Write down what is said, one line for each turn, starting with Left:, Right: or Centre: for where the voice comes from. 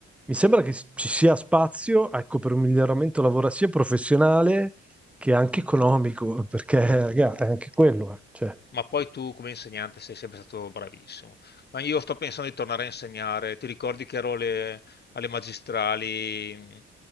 Centre: mi sembra che ci sia spazio, ecco, per un miglioramento lavora sia professionale che è anche economico, perché raga, è anche quello, eh, cioè.
Left: Ma poi tu come insegnante sei sempre stato bravissimo. Ma io sto pensando di tornare a insegnare. Ti ricordi che ero alle, alle magistrali, mh,